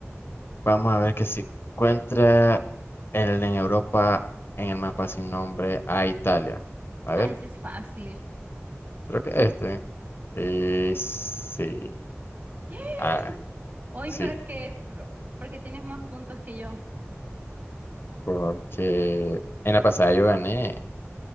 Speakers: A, on the left; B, on the right.
A: Vamos a ver que si encuentra el en Europa en el mapa sin nombre a Italia. A ver,
B: Ah, ese es fácil.
A: creo que este. Eh, sí.
B: ¡Ah!
A: Ah,
B: Hoy
A: sí.
B: porque, pero, porque tienes más puntos que yo.
A: Porque en la pasada yo gané.